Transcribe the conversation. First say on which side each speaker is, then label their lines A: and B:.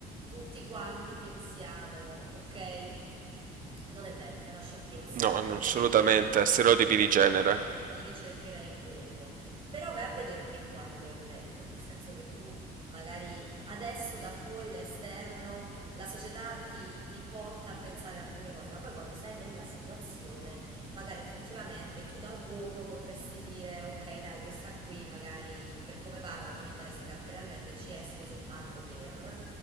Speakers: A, on the right; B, on the right.
A: tutti quanti pensiamo, ok, non è vero, è una sciocchezza,
B: No,
A: non
B: non-
A: è vero.
B: assolutamente,
A: Se io mi mettessi
B: stereotipi
A: su Tinder
B: di genere.
A: non, non ricercherei quello. Però vai a vedere fin quando è vero, nel senso che tu magari adesso da fuori, da esterno, la società ti, ti porta a pensare alcune cose, ma poi quando sei nella situazione magari effettivamente tu da uomo potresti dire ok, dai, questa qui magari per come parla non mi interessa caratterialmente, ci esco soltanto per.